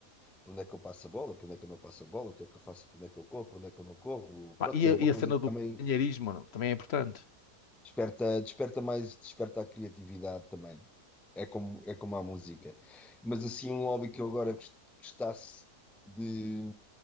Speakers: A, in the centre; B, on the left.
A: por onde é que eu passo a bola, por onde é que eu não passo a bola, o que é que eu faço, por onde é que eu corro, por onde é que eu não corro. Pronto,
B: Pá, e,
A: é
B: a,
A: uma
B: e
A: coisa
B: a cena
A: que
B: do
A: também
B: companheirismo não? também é importante.
A: desperta, desperta mais, desperta a criatividade também. É como, é como a música. Mas assim, um hobby que eu agora gos- gostasse de